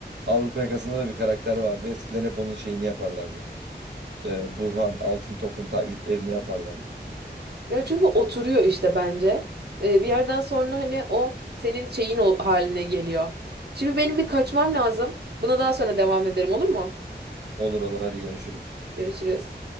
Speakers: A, on the right; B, on the right.
A: Avrupa Yakası'nda da bir karakter vardı. Eskiden hep onun şeyini yaparlardı. E, Burhan Altıntop'un taklitlerini yaparlardı.
B: Ya çünkü oturuyor işte bence. Ee, bir yerden sonra hani o senin şeyin ol- haline geliyor. Şimdi benim bir kaçmam lazım. Buna daha sonra devam ederim olur mu?
A: Olur olur hadi görüşürüz.
B: Görüşürüz.